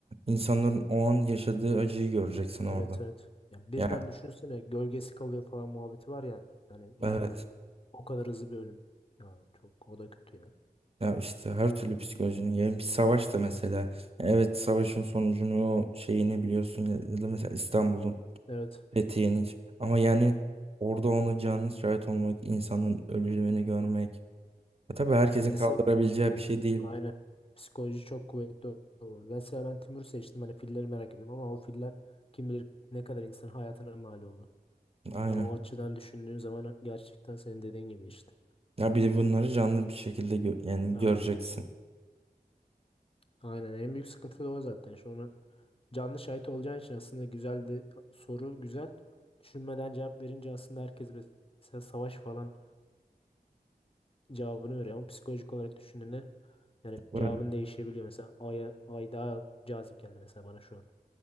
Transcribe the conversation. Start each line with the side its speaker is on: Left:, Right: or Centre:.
Right: insanların o an yaşadığı acıyı göreceksin orada.
Left: Evet evet. Ya birden
Right: Ya
Left: düşünsene gölgesi kalıyor falan muhabbeti var ya hani
Right: evet.
Left: yerde. O kadar hızlı bir ölüm. Ya çok o da kötü yani.
Right: Ya işte her türlü psikolojinin ya bir savaş da mesela. Ya evet savaşın sonucunu şeyini biliyorsun ya, ya da mesela İstanbul'un
Left: Evet.
Right: Fethiye'nin ama yani orada ona canlı şahit olmak, insanın ölümünü görmek. Ya tabii herkesin
Left: Ya mesela
Right: kaldırabileceği bir şey değil.
Left: aynen psikoloji çok kuvvetli olur. Mesela ben Timur seçtim hani filleri merak ediyorum ama o filler kim bilir ne kadar insan hayatına mal oldu.
Right: Aynen.
Left: Ya O açıdan düşündüğün zaman gerçekten senin dediğin gibi işte.
Right: Ya bir de bunları canlı bir şekilde gö- yani
Left: Aa,
Right: göreceksin.
Left: aynen en büyük sıkıntı da o zaten. Şu onu canlı şahit olacağın için aslında güzel de soru güzel. Düşünmeden cevap verince aslında herkes mesela savaş falan cevabını veriyor ama psikolojik olarak düşündüğünde yani
Right: Böyle.
Left: cevabın değişebiliyor. Mesela Ay'a, Ay daha cazip geldi mesela bana şu an.